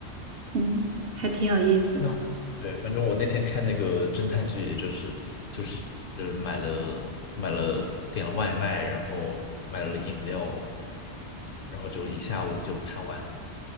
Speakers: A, on the right; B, on the left.
A: 嗯，还挺有意思的，
B: 那对，反正我那天看那个侦探剧，也就是就是是买了买了点了外卖，然后买了饮料，然后就一下午就看完了。